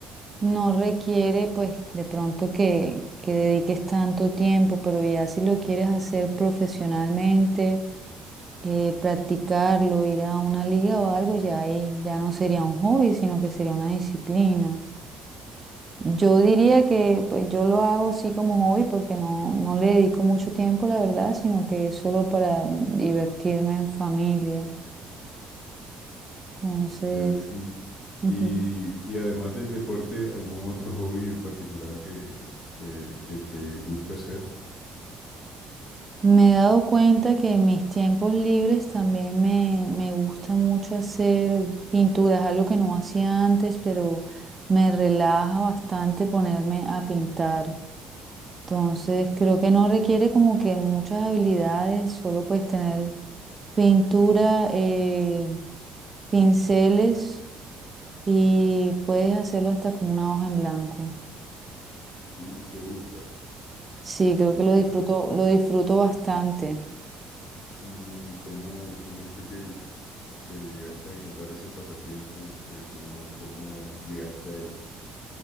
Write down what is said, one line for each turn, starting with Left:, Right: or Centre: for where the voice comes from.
Right: no requiere pues de pronto que, que dediques tanto tiempo, pero ya si lo quieres hacer profesionalmente, eh, practicarlo, ir a una liga o algo, ya ahí ya no sería un hobby, sino que sería una disciplina. Yo diría que pues yo lo hago sí como hobby porque no, no le dedico mucho tiempo, la verdad, sino que es solo para mm, divertirme en familia. Entonces,
Left: Chévere. Y,
Right: ujú.
Left: y, y además del deporte, ¿algún otro hobby en particular que, que, que te gusta hacer?
Right: Me he dado cuenta que en mis tiempos libres también me, me gusta mucho hacer pinturas, algo que no hacía antes, pero me relaja bastante ponerme a pintar. Entonces, creo que no requiere como que muchas habilidades, solo puedes tener pintura, eh, pinceles y puedes hacerlo hasta con una hoja en blanco.
Left: ¿Sí? Y te gusta,
Right: Sí, creo
Left: te gusta.
Right: que lo disfruto, lo disfruto bastante.
Left: ¿Y, y cómo, cómo fue que, que llegaste a encontrar ese pasatiempo? Eh, ¿Cómo, cómo llegaste a él?